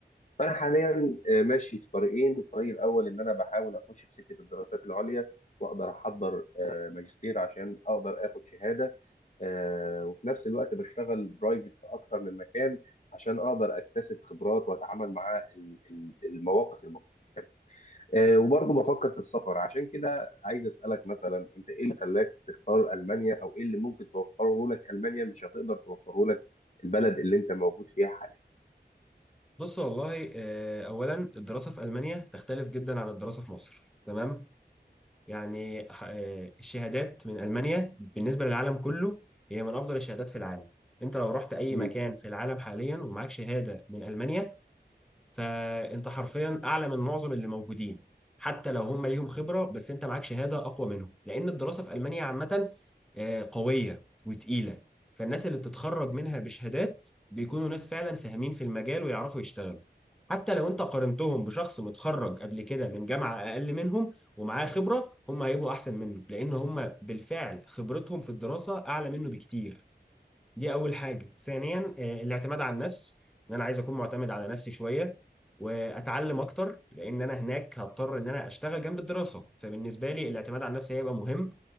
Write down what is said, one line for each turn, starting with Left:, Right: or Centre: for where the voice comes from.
Left: فانا حاليا آه، ماشي في طريقين الطريق الاول ان انا بحاول اخش في سكه الدراسات العليا واقدر احضر آه، ماجستير عشان اقدر اخد شهاده آه، وفي نفس الوقت بشتغل برايفت في اكتر من مكان عشان اقدر اكتسب خبرات واتعامل مع ال- ال- المواقف المختلفه آه، وبرضه بفكر في السفر عشان كده عايز اسالك مثلا انت ايه اللي خلاك تختار المانيا او ايه اللي ممكن توفره لك المانيا مش هتقدر توفره لك البلد اللي انت موجود فيها حاليا
Centre: بص والله آه، اولا الدراسه في المانيا تختلف جدا عن الدراسه في مصر تمام يعني ح- آه، الشهادات من ألمانيا بالنسبة للعالم كله هي من أفضل الشهادات في العالم أنت لو رحت أي
Left: مم.
Centre: مكان في العالم حاليا ومعاك شهادة من ألمانيا فأنت حرفيا أعلى من معظم اللي موجودين حتى لو هم ليهم خبرة بس أنت معاك شهادة أقوى منهم لأن الدراسة في ألمانيا عامة آه، قوية وتقيلة فالناس اللي بتتخرج منها بشهادات بيكونوا ناس فعلا فاهمين في المجال ويعرفوا يشتغلوا حتى لو انت قارنتهم بشخص متخرج قبل كده من جامعة اقل منهم ومعاه خبرة هم هيبقوا احسن منه لان هم بالفعل خبرتهم في الدراسة اعلى منه بكتير دي اول حاجة ثانيا آه، الاعتماد على النفس ان انا عايز اكون معتمد على نفسي شوية واتعلم اكتر لان انا هناك هضطر ان انا اشتغل جنب الدراسة فبالنسبة لي الاعتماد على النفس هيبقى مهم